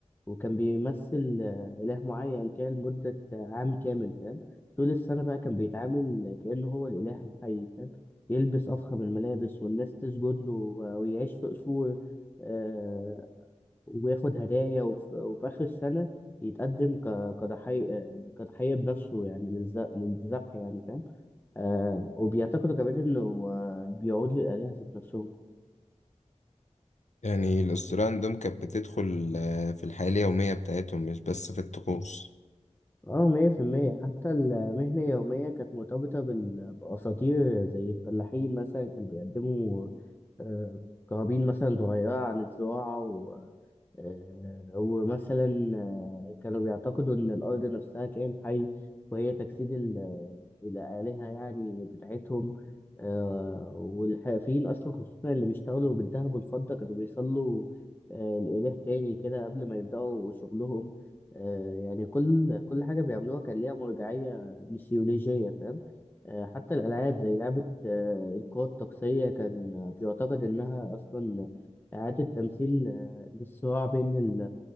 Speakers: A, on the left (about 15°); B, on the left (about 70°).
A: وكان بيمثل آه، إله معين كده لمدة آه، عام كامل فاهم طول السنة بقى كان بيتعامل كأنه هو الإله الحي فاهم يلبس أفخم الملابس والناس تسجد له و- ويعيش في قصور آه، وياخد هدايا وف- وفي آخر السنة يتقدم ك- كضحية آه، كضحية بنفسه يعني للذ- للذبح يعني فاهم آه وبيعتقدوا كمان إنه آه، بيعود للآلهة ذات نفسهم
B: يعني الاسطوره عندهم كانت بتدخل آه، في الحياه اليوميه بتاعتهم مش بس في الطقوس
A: اه مية في المية حتى المهنة اليومية كانت مرتبطة بال- بأساطير زي الفلاحين مثلا كانوا بيقدموا آه، قرابين مثلا صغيرة عن الزراعة و آه، ومثلا آه، كانوا بيعتقدوا إن الأرض نفسها كائن حي وهي تجسيد ال- الآلهة يعني بتاعتهم آه، والحرفيين أصلا خصوصا اللي بيشتغلوا بالذهب والفضة كانوا بيصلوا آه، لإله تاني كده قبل ما يبدأوا شغلهم آه، يعني كل كل حاجة بيعملوها كان ليها مرجعية ميثولوجية فاهم آه، حتى الألعاب زي لعبة آه، القوة الطقسية كان آه، بيعتقد إنها أصلا إعادة تمثيل آه، للصراع بين ال...